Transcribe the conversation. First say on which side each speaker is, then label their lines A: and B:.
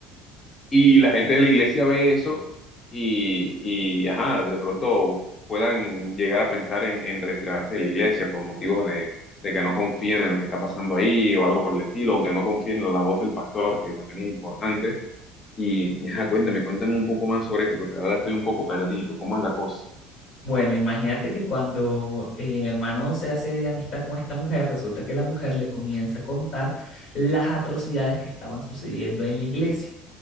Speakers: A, on the left (about 35°); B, on the left (about 55°).
A: Y la gente de la iglesia ve eso y, y, ajá, de pronto puedan llegar a pensar en, en retirarse de la iglesia por motivos de, de que no confían en lo que está pasando ahí o algo por el estilo, o que no confíen en la voz del pastor, que también es importante. y, ajá, cuéntame, cuéntame un poco más sobre esto, porque la verdad estoy un poco perdido. ¿Cómo es la cosa?
B: Bueno, imagínate que cuando eh, mi hermano se hace de amistad con esta mujer, resulta que la mujer le comienza a contar las atrocidades que estaban sucediendo en la iglesia.